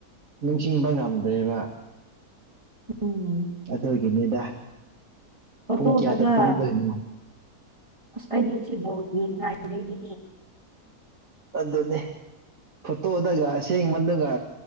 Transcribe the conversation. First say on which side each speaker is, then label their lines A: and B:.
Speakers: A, on the right; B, on the right.
A: ꯅꯤꯡꯁꯤꯡꯕ ꯉꯝꯗ꯭ꯔꯦꯕ
B: ꯎꯝ
A: ꯑꯗꯨꯒꯤꯅꯤꯗ
B: ꯐꯣꯇꯣꯗꯒ
A: ꯄꯨꯡ ꯀꯌꯥꯗ ꯇꯨꯝꯗꯣꯏꯅꯣ
B: ꯑꯁ ꯑꯗꯤꯁꯤ ꯕꯣꯠꯗꯤ ꯉꯥꯏꯔꯅꯤ
A: ꯑꯗꯨꯅꯤ ꯐꯣꯇꯣꯗꯒ ꯑꯁꯦꯡꯕꯗꯨꯒ